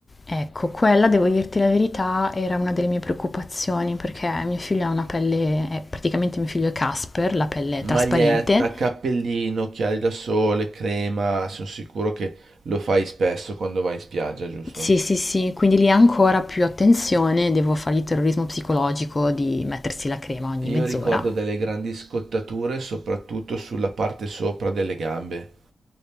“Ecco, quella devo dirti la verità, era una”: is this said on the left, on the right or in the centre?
Left